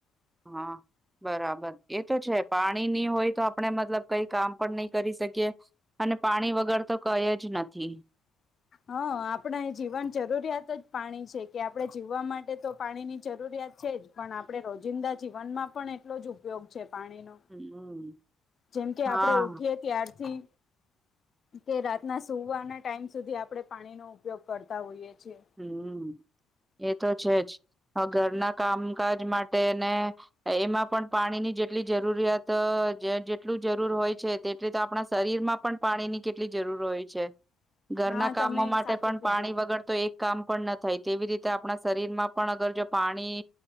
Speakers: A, on the right (about 20°); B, on the left (about 45°).
A: હા. બરાબર એ તો છે, પાણીની હોય તો આપણે મતલબ કઈ કામ પણ નહી કરી શકીએ. અને પાણી વગર તો કઈ જ નથી
B: હ આપણે જીવન જરૂરિયાત જ પાણી છે, કે આપણે જીવવા માટે તો પાણીની જરૂરિયાત છે, જ પણ આપણે રોજ જિંદા જીવનમાં પણ એટલો જ ઉપયોગ છે. પાણીનો
A: હમ હમ.
B: જેમ કે આપડે
A: હા
B: ઉઠીએ ત્યારથી કે રાતના સુવાના ટાઈમ સુધી આપણે પાણીનો ઉપયોગ કરતા હોઈએ છીએ
A: હમ એ તો છે, જ હ ઘરના કામકાજ માટે ને એમાં પણ પાણીની જેટલી જરૂરિયાત અ જેટલું જરૂર હોય છે, તેટલી તો આપણા શરીરમાં પણ પાણી ની કેટલી જરૂર હોય છે. ઘરના
B: હા
A: કામો
B: તમે
A: માટે
B: સાચું
A: પણ
B: કીધું
A: પાણી વગરતો એ કામ પણ ન થાય તેવી રીતે આપણા શરીરમાં પણ અગર જો પાણી